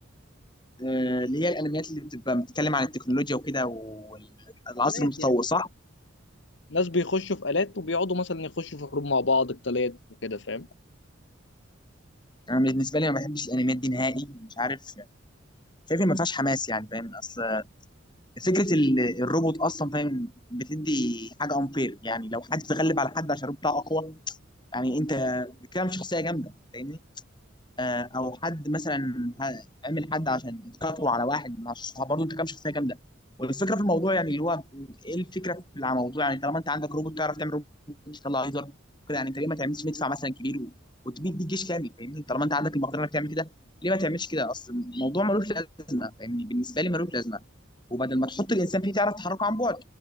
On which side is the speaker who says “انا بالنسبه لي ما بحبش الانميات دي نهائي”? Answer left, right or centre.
Left